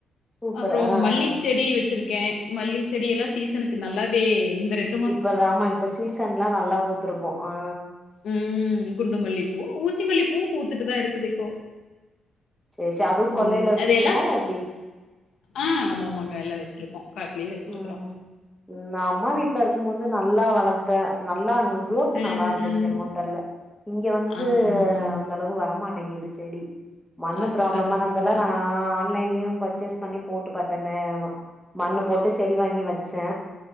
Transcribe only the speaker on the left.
அப்பறோ
மல்லி செடி வெச்சிருக்கே. மல்லி செடியெல்லா சீசனுக்கு நல்லாவே இந்த ரெண்
ம் குண்டுமல்லிப்பூ ஊசி மல்லிப்பூவு பூத்துட்டு தா இருக்குது இப்போ
ம்
அது எல்லா
ஆ ஆமாமாங்க எல்லா வெச்சிருக்கோ காட்டு்லயே வெச்சிருக்கறோ
ம்
ம்
ஆ ஆ
அது
அது
அது
அதான்